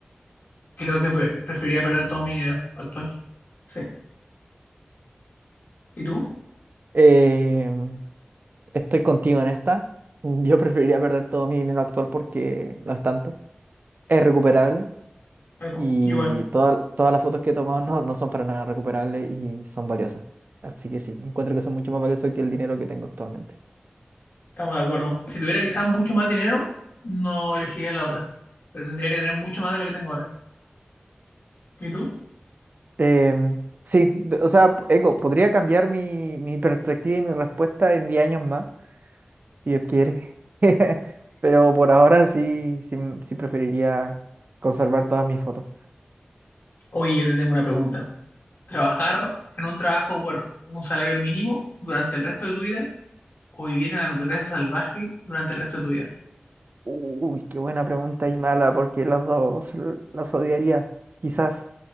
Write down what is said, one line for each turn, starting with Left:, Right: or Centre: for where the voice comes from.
Left: Creo que pre- preferiría perder todo mi dinero actual. Sí. ¿Y tú?
Right: Eh, estoy contigo en esta. Yo preferiría perder todo mi dinero actual porque no es tanto. Es recuperable
Left: Algo.
Right: Y
Left: Igual.
Right: toda- todas las fotos que he tomado no, no son para nada recuperables y son valiosas. Así que sí, encuentro que son mucho más valiosas que el dinero que tengo actualmente.
Left: Estamos de acuerdo. Si tuviera quizás mucho más dinero, no elegiría la otra. Pero tendría que tener mucho más de lo que tengo ahora. ¿Y tú?
Right: Em, sí, d- o sea, p- Eco, podría cambiar mi, mi perspectiva y mi respuesta en 10 años más, si Dios quiere. <laughs> Pero por ahora sí, sí, m- sí preferiría conservar todas mis fotos.
Left: Oye, yo te tengo una pregunta. ¿Trabajar en un trabajo por un salario mínimo durante el resto de tu vida o vivir en la naturaleza salvaje durante el resto de tu vida?
Right: Uy, qué buena pregunta y mala, porque las dos l- las odiaría, quizás.